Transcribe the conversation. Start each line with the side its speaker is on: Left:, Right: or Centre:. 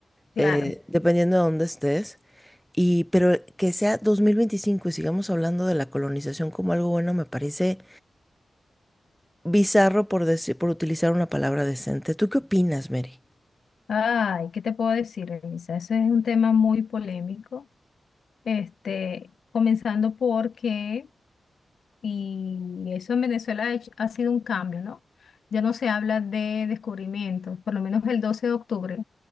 Left: Claro.
Centre: eh, dependiendo de dónde estés. Y, pero que sea 2025 y sigamos hablando de la colonización como algo bueno, me parece bizarro por decir, por utilizar una palabra decente. ¿Tú qué opinas, Mary?
Left: Ay, ¿qué te puedo decir, Elisa? Ese es un tema muy polémico. Este, comenzando porque, y eso en Venezuela ha hecho- ha sido un cambio, ¿no? Ya no se habla de descubrimientos, por lo menos el 12 de octubre.